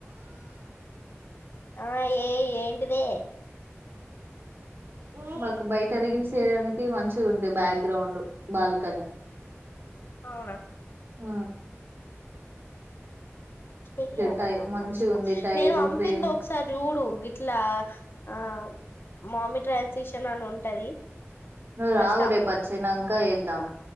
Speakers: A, on the left (about 55°); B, on the right (about 50°).
A: ఆ ఏ ఏంటిదే
B: మ్ మాకు బయట రీల్స్ చేేయడానికి మంచి ఉంది బ్యాక్ గ్రౌండ్ బాల్కనీ
A: అవునా
B: ఊ
A: చేయాలి
B: టై
A: పని మంచిగా
B: ఉంది టైలు
A: నేన్ వంపింద్
B: ఫ్రేమ్
A: ఒకసారి జుడు ఇట్లా ఆ అవ్ మమ్మి ట్రైల్సషన్ అని ఉంటది
B: నువ్ రావు
A: ఫస్ట్ అమ్
B: రేప్ ఒచ్చినంక ఏదం
A: ఆ